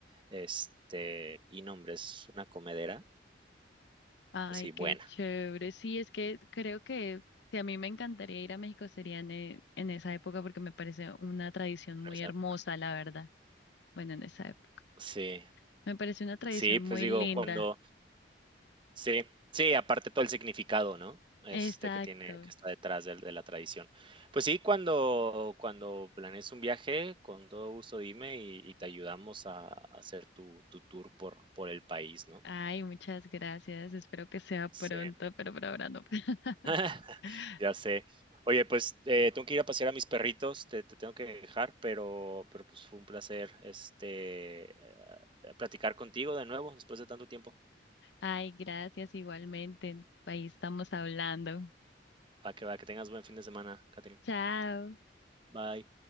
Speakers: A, on the right; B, on the left.
A: este, y nombre, es una comedera,
B: Ay,
A: sí,
B: qué
A: buena
B: chévere. Sí, es que creo que si a mí me encantaría ir a México sería en, e- en esa época porque me parece una tradición muy
A: en esa
B: hermosa,
A: época.
B: la verdad. Bueno, en esa época.
A: Sí,
B: Me parece una tradición
A: sí, pues
B: muy
A: digo,
B: linda.
A: cuando, Sí, sí, aparte todo el significado, ¿no? Este
B: Exacto.
A: que tiene, que está detrás del de la tradición. Pues sí, cuando cuando planees un viaje, con todo gusto dime y y te ayudamos a a hacer tu tu tour por por el país, ¿no?
B: Ay, muchas gracias. Espero que sea pronto,
A: Sí,
B: pero por ahora no. <laughs>
A: <laughs> ya sé. Oye, pues, eh, tengo que ir a pasear a mis perritos, te te tengo que dejar, pero pero, pues, fue un placer, este, eh, platicar contigo de nuevo después de tanto tiempo.
B: Ay, gracias igualmente. Ahí estamos hablando.
A: Para que va, que tengas buen fin de semana, Catherine.
B: Chao.
A: Bye.